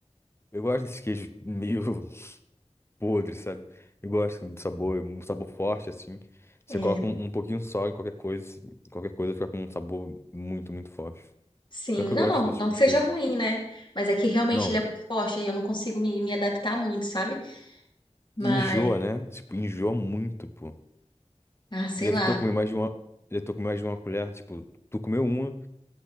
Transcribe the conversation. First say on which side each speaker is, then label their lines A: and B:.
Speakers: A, on the left; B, on the left.
A: Eu gosto desses queijos meio <laughs> podres, sabe? Eu gosto do sabor, um sabor forte, assim. Você
B: É,
A: coloca um, um pouquinho só em qualquer coisa, qualquer coisa fica com um sabor muito, muito forte.
B: sim,
A: Pior que
B: não,
A: eu gosto
B: não,
A: desse
B: não
A: tipo
B: que
A: de
B: seja
A: queijo.
B: ruim, né? Mas é que realmente
A: Não,
B: ele é muito forte e eu não consigo me, me adaptar muito, sabe? Mas,
A: enjoa, né? Tipo, enjoa muito, pô.
B: ah, sei
A: Já
B: lá.
A: tentou comer mais de uma. Já tentou comer mais de uma colher? Tipo, tu comeu uma,